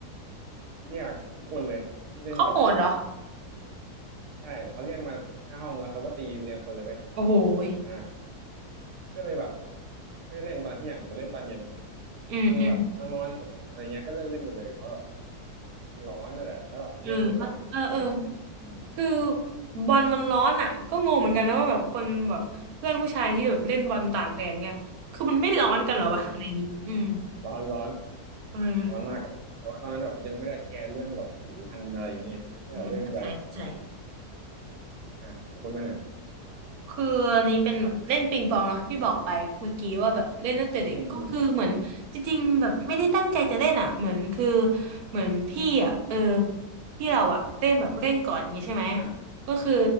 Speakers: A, on the right; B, on the right.
A: เรียกทุกคนเลยที่เล่นบอลอะ
B: เขาโหดเหรอ
A: ใช่เขาเรียกมาหน้าห้องแล้วเขาก็ตีเรียงคนเลยเว้ย
B: โอ้โหย
A: อ่าก็เลยแบบไม่ได้เล่นตอนเที่ยงแต่เล่นตอนเย็น
B: อืมอืม
A: จนแบบมามอนอะไรเงี้ยก็เลิกเล่นไปเลยเพราะแบบมันร้อนด้วยแหละแล้วแบบเล่นจนดำอะสมัยนั้น
B: เออเขาเออเออ
A: อืม
B: คือบอลมันร้อนอ่ะก็งงเหมือนกันนะว่าแบบคนแบบเพื่อนผู้ชายที่แบบเล่นบอลตากแดดเนี่ยคือมันไม่ร้อนกันเหรอวะอะไรอย่างงี้อืม
A: เออร้อนร้อน
B: เออ
A: ร้อนมากอะแต่ว่าตอนนั้นแบบยังไม่ได้แคร์เรื่องแบบผิวพรรณอะไรอย่างเงี้ยก็แบบเล่นไป
B: อืมเข้าใจเข้าใจ
A: อ่าของคุณบ้างอ่ะ
B: คืออันนี้เป็นเล่นปิงปองเนาะที่บอกไปเมื่อกี้ว่าแบบเล่นตั้งแต่เด็กก็คือเหมือนจริงๆแบบไม่ได้ตั้งใจจะเล่นอ่ะเหมือนคือ
A: อืมอืม
B: เหมือนพี่อ่ะเออพี่เราอ่ะเล่นแบบเล่นก่อนอย่างงี้ใช่ไหม
A: อ่า
B: ก็คือ